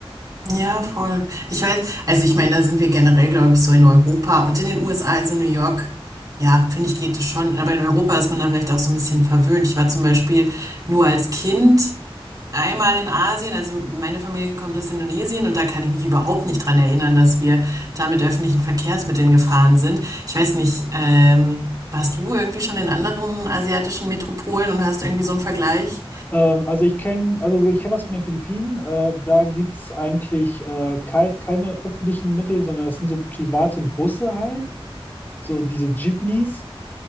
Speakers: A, on the right; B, on the left.
A: Ja, voll. Ich weiß, also ich meine, da sind wir generell, glaube ich, so in Europa und in den USA, also New York, ja, finde ich, geht es schon. Aber in Europa ist man da vielleicht auch so ein bisschen verwöhnt. Ich war zum Beispiel nur als Kind einmal in Asien, also meine Familie kommt aus Indonesien und da kann ich mich überhaupt nicht dran erinnern, dass wir da mit öffentlichen Verkehrsmitteln gefahren sind. Ich weiß nicht, ähm, warst du irgendwie schon in anderen asiatischen Metropolen und hast irgendwie so einen Vergleich?
B: Ähm, also ich kenne, also ich kenne das von den Philippinen. Äh, da gibt es eigentlich äh, kei keine öffentlichen Mittel, sondern das sind so private Busse halt, so diese Jeepneys.